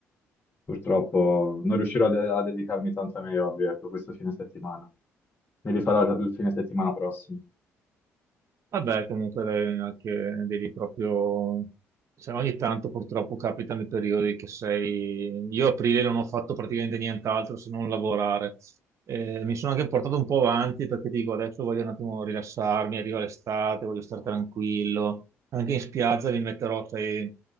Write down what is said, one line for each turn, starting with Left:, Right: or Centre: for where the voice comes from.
Left: Purtroppo non riuscirò a, de- a dedicarmi tanto ai miei hobby, ecco, questo fine settimana. Mi rifarò il fine settimana prossimo.
Right: Vabbè, comunque eh, anche devi proprio... cioè, ogni tanto purtroppo capitano i periodi che sei... Io a aprile non ho fatto praticamente nient'altro se non lavorare. Eh, mi sono anche portato un po' avanti perché dico adesso voglio un attimo rilassarmi, arriva l'estate, voglio stare tranquillo. Anche in spiaggia mi metterò, sai,